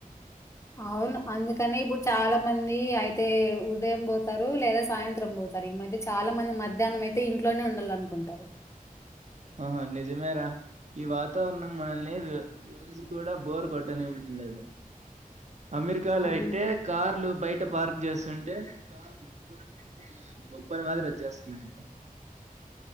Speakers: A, on the left; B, on the right.
A: అవును అందుకనే ఇప్పుడు చాలా మంది. అయితే ఉదయం పోతారు లేదా సాయంత్రం పోతారు ఈ మధ్య చాలా మంది మధ్యాహ్నం అయితే ఇంట్లోనే ఉండాల అనుకుంటారు.
B: ఆహా నిజమేరా ఈ వాతావరణం మనల్ని ర రోజు కూడా బోర్ కొట్టనివ్వడం లేదు అమెరికాలో
A: హ్మ్
B: అయితే కార్లు బయట పార్క్ చేస్త వస్తుంటే కార్ బొప్ప ఇలా బొప్పల్ మాదిరి వచ్చేస్తున్నాయింట